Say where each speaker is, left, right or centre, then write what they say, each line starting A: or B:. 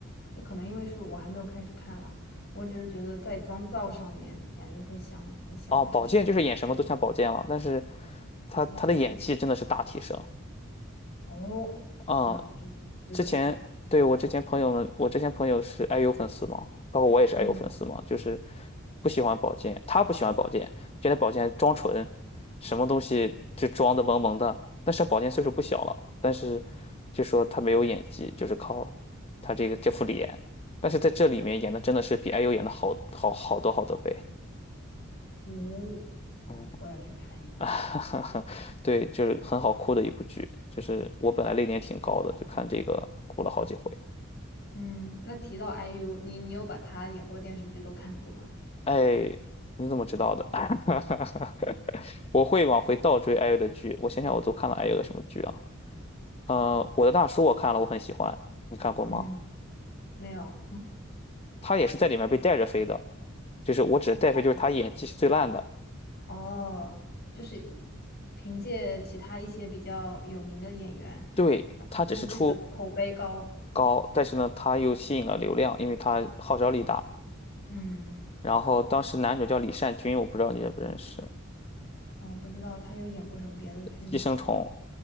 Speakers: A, on the left; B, on the left.
A: 可能因为是我还没有开始看啦，我只是觉得在妆造上面感觉会像，很像，
B: 哦，宝剑就是演什么都像宝剑了，
A: 就是我觉得
B: 但是他他的演技真的是大提升。
A: 没啥区别。哦，
B: 嗯，
A: 那我就值得一看，
B: 之前对我之前朋友们，我之前朋友是 IU 粉丝嘛，包括我也是
A: 嗯，
B: IU 粉丝嘛，就是不喜欢宝剑，他不喜欢宝剑，觉得宝剑装纯，什么东西就装的萌萌的。但是宝剑岁数不小了，但是就说他没有演技，就是靠他这个这副脸，但是在这里面演的真的是比 IU 演的好好好多好多倍。
A: 五、
B: 嗯
A: 我要去看一看。
B: <laughs> 啊，对，就是很好哭的一部剧，就是我本来泪点挺高的，就看这个哭了好几回。
A: 嗯，那提到 IU，你你有把他演过电视剧都看过吗？
B: 哎，你怎么知道的？<laughs> 我会往回倒追 IU 的剧，我想想我都看了 IU 的什么剧啊？呃，我的大叔我看了，我很喜欢，你看过吗？
A: 嗯，没有，嗯，
B: 他也是在里面被带着飞的，
A: 嗯
B: 就是我指的带飞，
A: 不看。
B: 就是他演技是最烂的，
A: 哦，就是凭借其他一些比较有名的演员，
B: 对，
A: 然后这部剧的口碑高。
B: 他只是出高，但是呢，他又吸引了流量，因为他号召力大。
A: 嗯，
B: 然后当时男主叫李善均，我不知道你认不认识，
A: 我不知道他有演过什么别的剧吗？
B: 《寄生虫》。